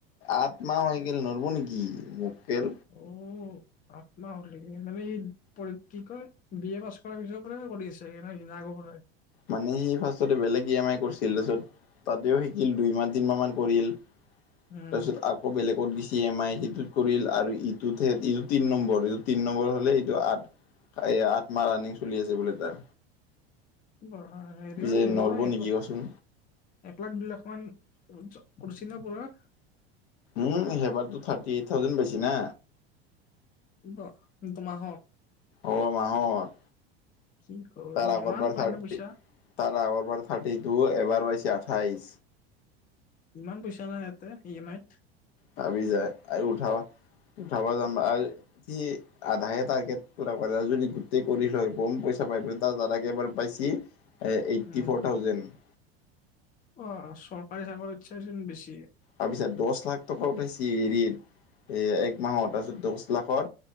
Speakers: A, on the left (about 70°); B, on the left (about 25°).
A: আঠমাহ হৈ গেল <unintelligible> নেকি মোকক্কেল
B: উম, আত্ম হলে কিনি লবি পৰক কি কয় বি এ পাছ কৰাৰ পিছৰ পৰাই কৰি আছে নাহ আগৰ পৰাই
A: মানে সি ফাৰ্ষ্টেত বেলেগ ই এম আই কৰিছিল তাৰপিছত তাতেও সি। দুই মাহ তিন মাহ মান কৰিল তাৰপিছত
B: উম
A: আ আকৌ বেলেগত বেছি এম আই সিটোত কৰিল আৰু ইটোতে ইটো তিন নম্বৰ এইটো তিন নম্বৰ হ'লে ওললোএইটো আঠ এইয়া আঠ মাহ ৰানিং চলি আছে বোলে তাৰ।
B: হেৰি
A: পিছে
B: <unintelligible>
A: নৰব নেকি কচোন
B: এক লাখ, দুই লাখ মান <unintelligible> আপোনাৰ
A: উম, হেইবাৰতো থাৰ্টি এইট থ্ৰাউজেণ্ড পাইছে না।
B: উম, দুমাহত।
A: অ' মাহত
B: কি কৰোঁ
A: তাৰ আগৰবাৰ
B: ইমান পাই
A: থাৰ্টি
B: নে পইচা
A: তাৰ আগৰ বাৰ থ্ৰাৰ্টিটু, এবাৰ পাইছে আঠাইছ
B: ইমান পইচা নাই ইহঁতে ই এম আইত
A: ভাবি যায় আৰু উঠাব উঠাব যামা আৰু কি আধায়ে তাৰগেটটো পোৰা কৰে যদি গোটেই কৰি লয় বম পইচা পাই <unintelligible> দাদাকে এবাৰ পাইছি। এইটি
B: উম
A: ফ্ৰ'ৰ থাউজেণ্ড।
B: অ' চৰকাৰী চাকৰি চে যেন বেছি।
A: তাৰপিছত দহ লাখ টকা উঠাইছি হেৰিত এ এক মাহৰ তাৰপিছত দহ লাখত